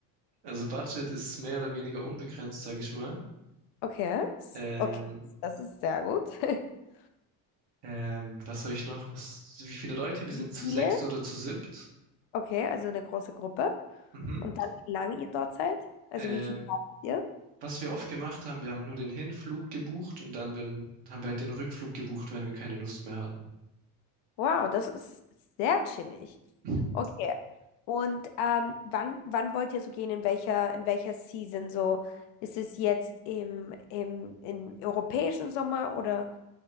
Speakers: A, on the right; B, on the left.
A: Also Budget ist mehr oder weniger unbegrenzt, sage ich mal.
B: Okay, s-
A: Ähm,
B: okay, das ist sehr gut. <laughs>
A: ähm, was soll ich noch? Was, wie viele Leute? Wir
B: Wie
A: sind zu
B: viele?
A: sechst oder zu siebt.
B: Okay, also eine große Gruppe.
A: Mhm.
B: Und dann, wie lange ihr dort seid? Also
A: Ähm,
B: wie viel Zeit habt ihr?
A: Was wir oft gemacht haben, wir haben nur den Hinflug gebucht und dann, wenn, haben wir halt den Rückflug gebucht, wenn wir keine Lust mehr hatten.
B: Wow, das ist sehr chillig.
A: <laughs>
B: Okay. Und ähm, wann, wann wollt ihr so gehen? In welcher, in welcher Season? So, ist es jetzt im, im, im europäischen Sommer oder